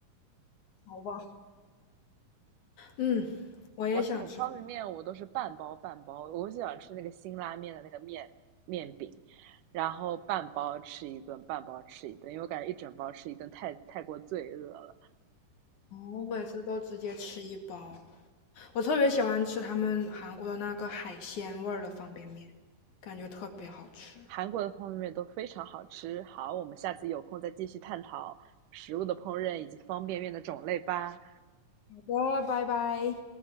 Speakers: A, on the left; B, on the right.
A: 好吧。嗯，我也想吃饭
B: 我而且我方便面我都是半包半包，我就想吃那个辛拉面的那个面面饼，然后半包吃一顿，半包吃一顿，因为我感觉一整包吃一顿太太过罪恶了。
A: 我每次都直接吃一包。我特别喜欢吃他们韩国的那个海鲜味儿的方便面，感觉特别好吃。
B: 韩国的方便面都非常好吃，好，我们下次有空再继续探讨食物的烹饪以及方便面的种类吧，
A: 好的，拜拜。